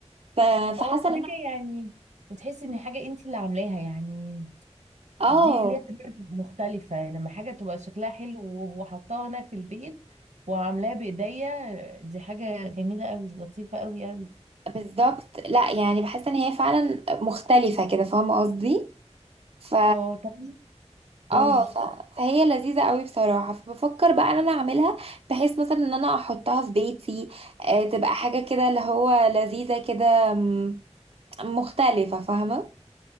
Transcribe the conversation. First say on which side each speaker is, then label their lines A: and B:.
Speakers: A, on the right; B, on the right.
A: ف... فحاسة
B: اه
A: ان
B: حاجة
A: أنا-
B: يعني وتحسي ان حاجة انت اللي عاملاها يعني
A: اه
B: دي ليها طبع مختلفة لما حاجة تبقى شكلها حلو وحطاها انا في البيت وعاملاها بايديا دي حاجة جميلة قوي لطيفة قوي قوي
A: بالظبط لا يعني بحس ان هي فعلا مختلفة كده فاهمة قصدي ف
B: اه طب قولي
A: اه ف... فهي لذيذة قوي بصراحة فبفكر بقى ان انا اعملها بحيث مثلا ان انا احطها في بيتي آه تبقى حاجة كده اللي هو لذيذة كده م- مختلفة فاهمة